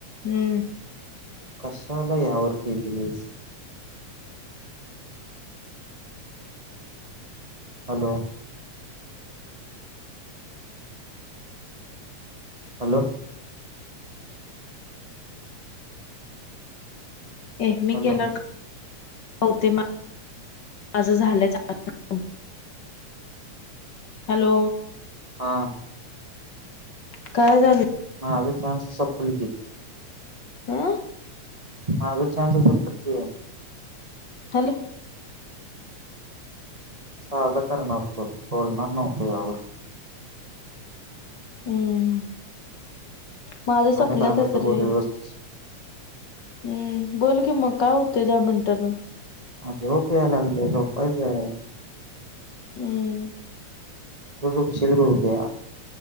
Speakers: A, on the left; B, on the right.
A: हम्म.
B: कशाला यावर केलीस. हॅलो. हॅलो.
A: ए मी
B: हॅलो
A: केला हो ते माझं झालं चालू हॅलो.
B: हा.
A: काय झालं?
B: माझं चान्स सपलं की.
A: आं-
B: मागं चान्स संपलं की
A: हॅलो
B: साधा करणार होतो, बोलणार नव्हतो यावर.
A: हम्म. माझं सपलं
B: आणि दहा मिनिटं
A: तच
B: बोल
A: रे.
B: व्यवस्थित
A: हम्म बोल की मग काय होते दहा मिनटांन.
B: मग झोप याय लागलीया झोपायचं.
A: हम्म.
B: उ शीलग होते.